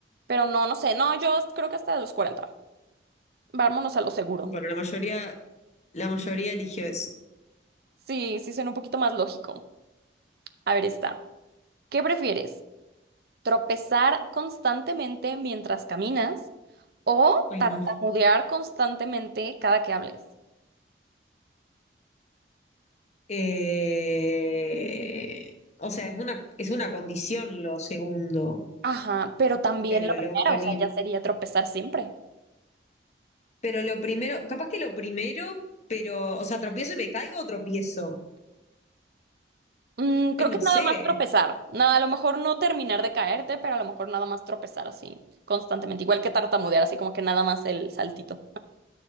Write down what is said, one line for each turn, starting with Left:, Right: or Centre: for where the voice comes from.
Right: Pero no, no sé. No, yo creo que hasta los 40. Vámonos a lo seguro.
Left: Bueno, la mayoría, la mayoría eligió eso.
Right: Sí, sí suena un poquito más lógico. A ver, está. ¿Qué prefieres? tropezar constantemente mientras caminas o
Left: Ay,
Right: tartamudear
Left: no.
Right: constantemente cada que hables.
Left: Eh, o sea, es una, es una condición lo segundo,
Right: Ajá, pero también
Left: pero
Right: la primera,
Left: lo, pri-
Right: o sea, ya sería tropezar siempre.
Left: pero lo primero, capaz que lo primero, pero, o sea, tropiezo y me caigo o tropiezo.
Right: Mm, creo
Left: Ay, no
Right: que
Left: sé.
Right: nada más tropezar. Nada, a lo mejor no terminar de caerte, pero a lo mejor nada más tropezar así constantemente. Igual que tartamudear, así como que nada más el saltito.